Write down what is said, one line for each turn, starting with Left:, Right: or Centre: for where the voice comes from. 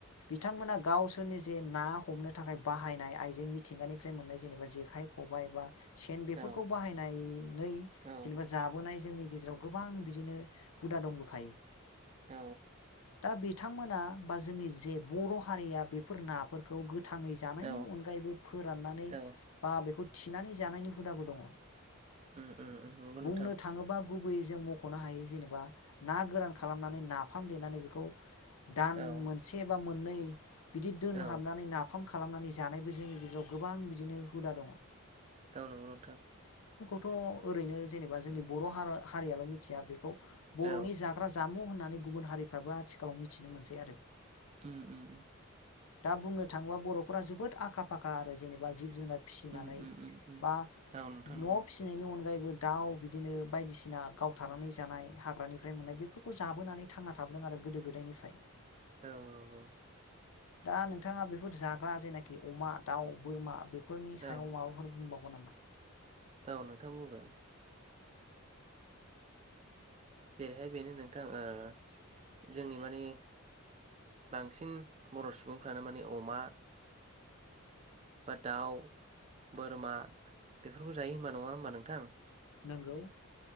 Left: बिथांमोना गावसोरनि जे ना हमनो थाखाय बाहायनाय आइजें मिथिंगानिफ्राय मोननाय जेनेबा जेखाइ खबाइ बा सेन बेफोरखौ
Right: औ
Left: बाहायनानै
Right: औ
Left: जेनेबा जाबोनाय जोंनि गेजेराव गोबां बिदिनो हुदा दंबोखायो
Right: औ
Left: दा बिथांमोना बा जोंनि जे बर' हारिया बेफोर नाफोरखौ गो थाङै जानायनि
Right: औ
Left: अनगायैबो फोराननानै
Right: औ
Left: बा बेखौ थिनानै जानायनि हुदाबो दङ
Right: उम उम उम नंगौ
Left: बुंनो
Right: नोंथां
Left: थाङोबा गुबैयै जों मख'नो हायो जेनेबा ना गोरान खालामनानै नाफाम देनानै बेखौ दान
Right: औ
Left: मोनसे बा मोननै बिदि दोनहाबनानै
Right: औ
Left: नाफाम खालामनानै जानायबो जोंनि गेजेराव गोबां बिदिनो हुदा दङ
Right: औ नंगौ नंगौ नोंथां
Left: थ' ओरैनो जेनेबा जोंनि बर' ह हारियाल' मिथिया बेखौ बर'नि
Right: औ
Left: जाग्रा जामु होननानै गुबुन हारिफ्राबो आथिखालाव मिथिनो मोनसै आरो
Right: उम उम उम
Left: दा बुंनो थाङोबा बर'फोरा जोबोद आखा फाखा आरो जेनेबा जिब जुनार फिसिनानै
Right: उम उम उम उम
Left: बा न'आव
Right: औ नोंथां नंगौ
Left: फिसिनायनि अनगायैबो दाउ बिदिनो बायदिसिना गावथारनानै जानाय हाग्रानिफ्राय मोननाय बेफोरखौ जाबोनानै थांना थाबोदों आरो गोदो गोदायनिफ्राय
Right: औ औ औ
Left: दा नोंथाङा बेफोर जाग्रा जेनाखि अमा दाउ बोरमा बेफोरनि सायाव
Right: औ
Left: माबाफोर बुंबावो नामा?
Right: औ नोंथां बुंगोन जेरैहाय बेनो नोंथां ओ जोंनि मानि बांसिन बर' सुबुंफ्रानो माने अमा बा दाउ बोरमा बेफोरखौ जायो होनबा नङा होमबा नोंथां!
Left: नोंगौ